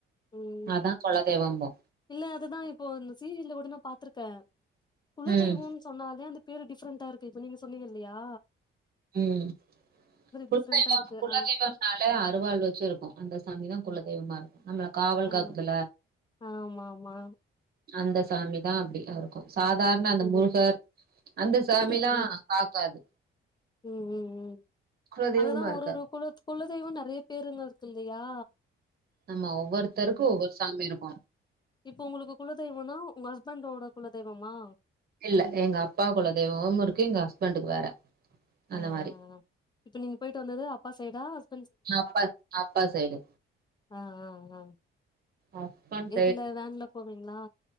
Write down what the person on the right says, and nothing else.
அதா குலதெய்வோன்போ
ம்
ம் <inaudible>
குலதெய்வம்
னாலே அருவாள் வெச்சி இருக்கோ அந்த சாமிதா குலதெய்வமா இருக்கோ நம்மள காவல் காக்குதுல
அந்த சாமிதா அப்டி இரு க்கு சாதார்ண அந்த
முருகர் அந்த சாமிலா
காக்காது
குலதெய்வமா
இருக்காது
ஆமா ஒவ்வொருத்தருக்கோ ஒவ்வொரு சாமி இருக்கோ
இல்ல எங்க அப்பா குலதெய்வோம் இருக்கு எங்க ஹஸ்பண்டுக்கு வேற
அந்த
மாதிரி
எ அப்பாத் அப்பா சைடு
ஹஸ்பண்ட்